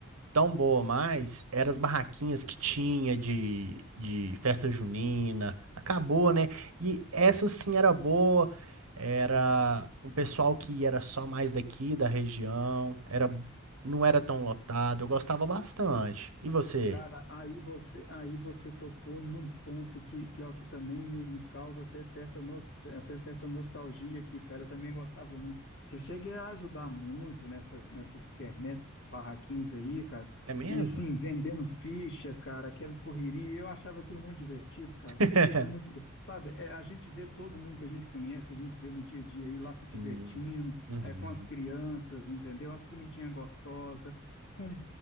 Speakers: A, on the right (about 85°); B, on the left (about 55°).
A: tão boa mais, eram as barraquinhas que tinha de, de festa junina. Acabou, né? E essa sim era boa, era um pessoal que era só mais daqui da região, era, não era tão lotado, eu gostava bastante. E você?
B: Cara, aí você, aí você tocou num ponto que, que, ó, que também me, me causa até certa, nos- até certa nostalgia aqui, cara. Eu também gostava muito. Já cheguei a ajudar muito nessas, nessas quermesses, barraquinhas aí, cara.
A: É mesmo?
B: E assim, vendendo ficha, cara, aquela correria. Eu achava aquilo muito divertido, cara.
A: <laughs>
B: É muito bom. Sabe, é, a gente vê todo mundo que a gente conhece, que a gente vê no dia a dia aí lá
A: Sim.
B: se divertindo,
A: Uhum.
B: é, com as crianças, entendeu? As comidinhas gostosas com